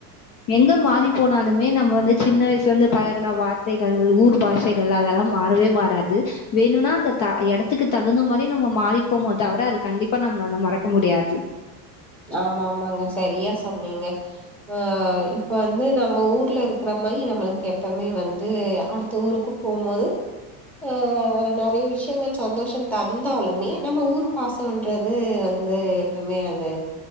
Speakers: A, on the left; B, in the centre.
A: எங்க மாறி போனாலுமே நம்ம வந்து சின்ன வய்சு லந்து பழகன வார்த்தைகள் ஊர் பாஷைகள் அதெல்லாம் மாறவே மாறாது வேணுனா அந்த த எட த்துக்கு தகுந்த மாரி நம்ம மாறிப்போமோ தவர அது கண்டிப்பா நம்மளால மறக்க முடியாது
B: ஆமாமாங்க சரியா சொன்னீங்க அ இ ப்ப வந்து நம்ம ஊர்ல இருக்ற மாரி நம்மளுக்கு எப்பமே வந்து அடுத்த ஊருக்கு போம்மோது அ நறைய விஷ்யங்கள் சந்தோஷம் தந்தாலுமே நம்ம ஊர் பாசோன்றது வந்து எப்பமே அது